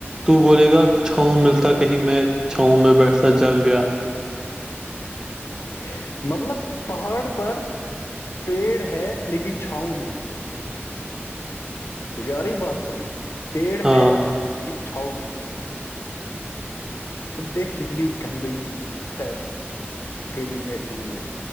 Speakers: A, on the right; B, on the left.
A: تو بولے گا چھاؤں ملتا کہیں میں چھاؤں میں بیٹھتا جل گیا
B: <inaudible> مطلب پہاڑ پر پیڑ ہے لیکن چھاؤں نہیں ہے ت جیاریی بات سمجھ پیڑ
A: ہاں
B: ہے لیکن چھاؤ نہیں ہے تم دیکھ کتنی گندگی ہے کری ہے انہوں نے